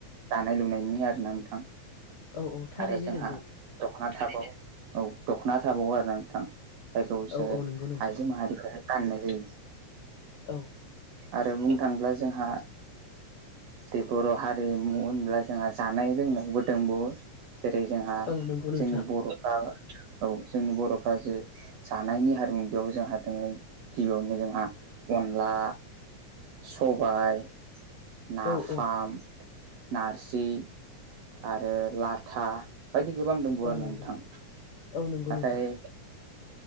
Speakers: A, on the right; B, on the left.
A: दानाय लुनायनि आरो ना नोंथां
B: औ औ थारैनो
A: आरो जोंहा
B: नंगौ
A: दख'ना थाबावो औ दख'ना थाबावो आरो ना नोंथां जायखौ जों
B: औ औ नंगौ नोंथां
A: आइजो माहारिफोरा गाननाय जायो।
B: औ
A: आरो बुंनो थाङोब्ला जोंहा जे बर' हारिमु होनब्ला जोंहा जानाय लोंनायबो दोंबावो जेरै जोंहा
B: औ नंगौ नोंथां
A: जोंनि बर'फ्रा औ जोंनि बर'फ्रा जि जानायनि हारिमु बेयाव जोंहा दोंङो गिबियावनो जोंहा अन अला सबाइ नाफाम
B: औ औ
A: नारजि आरो लाथा बायदि गोबां दंबावो
B: औ
A: आरो
B: नंगौ
A: ना नोंथां
B: औ नंगौ
A: नाथाय
B: नोंथां